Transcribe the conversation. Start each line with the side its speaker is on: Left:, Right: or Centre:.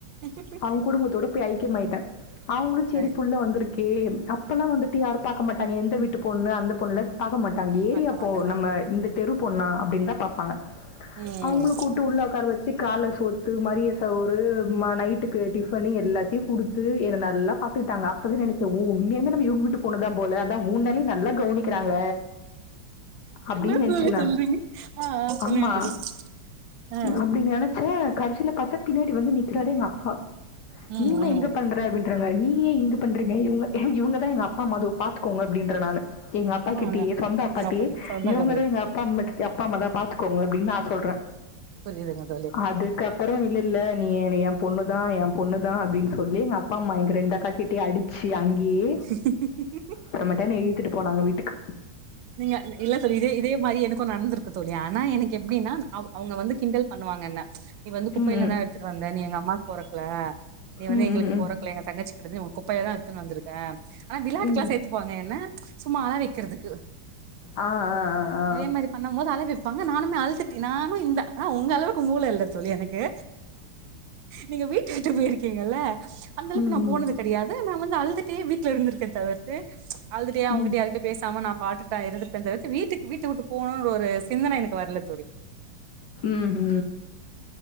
Right: ம் மம்
Left: உ ஔகுடும்பத்தோட போய் ஐக்கியம் ஆயிட்ட அவங்ளு செரி
Right: சரி
Left: புள்ள வந்திருக்கே அப்பெல்லா வந்துட்டு யாரு பாக்க மாட்டாங்க எந்த வீட்டு பொண்ணு அந்த பொண்ணுல பார்க்க மாட்டாங்க ஏரியா
Right: பாக்க மாட்டே
Left: போ நம்ம இந்த தெரு பொண்ணா அப்டின் தா பாப்பாங்க
Right: ம்
Left: அவுங்ளு கூட்டு உள்ள உக்கார வச் ட்டு கால்ல சோத்து மரிய சோறு ம் நைட்டுக்கு டிஃபன் எல்லாத்தையு குடுத் துட்டு என நல்லா பாத்துக்கிட்டாங்க அப்பவே நெனச்ச ஒ உண்மையே நம்ம இவுங்க வீட் டு௱பொண்ணுதா போல அதா மூணு வேளையு நல்லா கவனிக்கிறாங்க அப்டின்
Right: என்ன
Left: நெனைச்ச
Right: தோழி
Left: நான்
Right: சொல்றீங்க ஆ ஆ சொல்லுங்க
Left: ஆமா
Right: தோழி ஆ
Left: அப்டி நெனச் ச கடைசியில பார்த்தா பின்னாடி வந்து நிக்கிறாரரு எங்க அப்பா
Right: ம்
Left: நீ என்ன
Right: ம்
Left: இங்க பண்ற அப்படின்றங்க நீயே இங்க பண்றீங்க இவுங்க இவுங்கதா எங்க அப்பா மது பாத்துக்கோங்க அப்டின்ற நானு எங்க அப்பா
Right: ஆ
Left: கிட்டயே சொந்த அப்பாடியே
Right: உங்க அப்பா கிட்ட சௌந்தரக்கா
Left: இவுங்க தா
Right: கிட்ட
Left: எங்க அப்பா அம்மா அப்பா அம்மா தா பாத்துக்கோங்க அப்டின் நா சொல்ற
Right: புரிதுங்க தோழி
Left: அதுக்கப்புறோ இல்லல்ல நீ என் பொண்ணுதா என் பொண்ணுதா அப்டின் சொல்லி எங்க அப்பா அம்மா எங்க ரெண்டு அக்கா கிட்டடியு அடி ச்சி அங்கேயே
Right: ஹி ஹி ஹி
Left: அப்புறமேட்டா என்ன இழுத்துட்டு போனாங்க வீட்டுக்கு
Right: நீங்க இல்ல சொல்ல இதே இதே மாரி எனக்கு நடந்திருக்கு தோழி ஆனா எனக்கு எப்டின்னா அவுங்க வந்து கிண்டல் பண்ணுவாங்க என்ன நீ வந்து குப்பையில
Left: ம், ம்.
Right: தா எடுத்துட்டு வந்த நீ எங்க அம்மாக் பொறக்ல நீ வந்து
Left: ம்,
Right: எங்களுக்
Left: ம், ம்.
Right: பொறக்ல எங்க தங்கச்சி கெடயாது உன்ன குப்பையில் தா எடுத்துன் வந்துருக் ஆனா விளையாட்டுக்கெல்லா
Left: ம்.
Right: சேர்த்துப்பாங்க என்ன சும்மா அழ வைக்கிறதுக்கு
Left: ஆ ஆ ஆ ஆ ஆ
Right: இந்த மாரி பண்ணும் போது அழ வைப்பாங்க நானும் அழுதுட்டு நானு இந்த ஆனா உங்க அளவுக்கு மூள இல்ல தோழி எனக் கு நீங்க வீட்டு விட்டு போயிருக்கீங்கல்ல அந்த அளவுக்கு
Left: ம்,
Right: நா
Left: ம்,
Right: போனது கெடையாது நா வந்து அழுதுட் டே வீட்ல இருந்து இருக்கே தவிர்த்து அழுதுட்டடே அவுங்கிட்டே
Left: ம்.
Right: யார்கிட்டயு பேசாம நா பாட்டுக்கு நா இருந்துரப்பே தவிர்த்து வீட்டுக் வீட்ட உட்டு போனோ ஒரு யோஸ் சிந்தன எனக்கு வர்ல தோழி
Left: ம்ஹூ